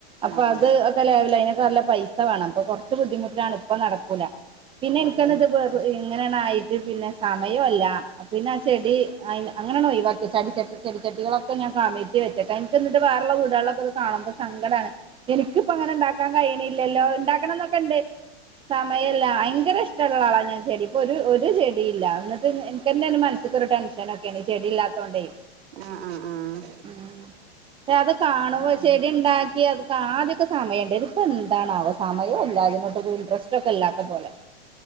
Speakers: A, on the right; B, on the right.
A: അപ്പ
B: ആ ആ ആ
A: അത് ല അതിന നല്ല പൈസ വേണം അപ്പൊ കൊറച്ച് ബുദ്ധിമുട്ടാണ് ഇപ്പ നടക്കൂല പിന്നെ
B: ആ
A: എനിക്ക
B: അതെ
A: ഇത് ഇങ്ങനെണായിട്ട് പിന്നെ സമയൊല്ല പിന്നെ ആ ചെടി അയ്ന് അങ്ങനെണൊയ്‌വാക്ക്യച്ചാല് ചടി ചട്ടി ചെട്ടി ചട്ടികളൊ ഒക്കെ ഞാ കമിഴ്ത്തി വെച്ചക്ക ഇൻക്ക്ന്നട്ട് വേറെള്ള വീടുകളിലൊക്കെത് കാണുമ്പോ സങ്കടാണ്. എനിക്കിപ്പോ അങ്ങനെണ്ടാക്കാൻ കയ്യിണില്ലല്ലോ ഇണ്ടാക്കണന്നൊക്കെണ്ട് സമയല്ല ഭയങ്കര ഇഷ്ടള്ള ആളാ ഞാൻ ചെടി ഒര് ഒരു ചെടില്ല ന്നട്ട് ഇൻക്കെന്നെണ് മൻസ്സ് ക്കൊര് ടെൻഷനൊക്കെണ് ചെടില്ലാത്തോണ്ടെയ്
B: ആഹ് ആഹ് ആഹ്
A: ഉം ക്ഷേ അത് കാണുമ്പോ ചെടിണ്ടാക്ക്യെ അത് കാദ്യക്കെ സമയണ്ടായ്ല് പ്പൊന്താണാവോ സമയം ഇല്ലോഅതിനൊക്കെ ഒരു ഇൻട്രസ്റ്റ് ഒക്കെ ഇല്ലാത്ത പോലെ